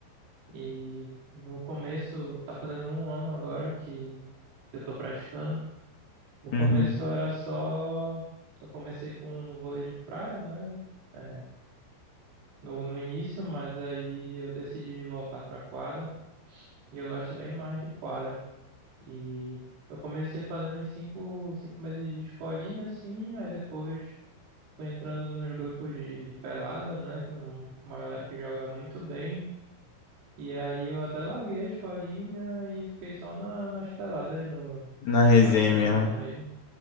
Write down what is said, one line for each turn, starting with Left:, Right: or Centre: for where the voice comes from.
Right: E no começo, tá fazendo um ano agora que, que eu tô praticando. No começo
Left: Uhum.
Right: era só. Eu comecei com vôlei de praia, né? É, no, no início, mas aí eu decidi voltar pra quadra. E eu gosto bem mais de quadra. E eu comecei fazendo uns cinco, cinco meses de escolinha, assim, aí depois fui entrando nos grupos de, de pelada, né? Com uma galera que joga muito bem. E aí eu até larguei a escolinha e fiquei só na- nas peladas no,
Left: Na
Right: no final
Left: resenha
Right: de semana
Left: mesmo.
Right: mesmo.